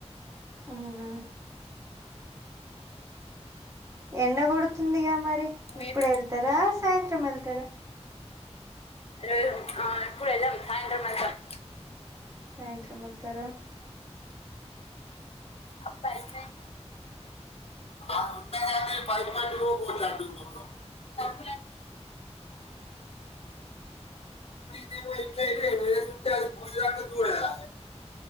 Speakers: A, on the right (about 25°); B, on the left (about 60°).
A: అవునా ఎండ గొడుతుందిగా మరి
B: మీరు
A: ఇప్పుడు ఎల్తారా సాయంత్రం ఎళ్తారా
B: లేదు ఆ ఇప్పుడు ఏళ్ళం సాయంత్రం ఎల్తామ్
A: సాయంత్రం ఏళ్తారా
B: అబ్బాయిపోయింది ఆహ్ ఉనెయ్ కని పైపు కట్ <unintelligible> ఫ్ చేయాలి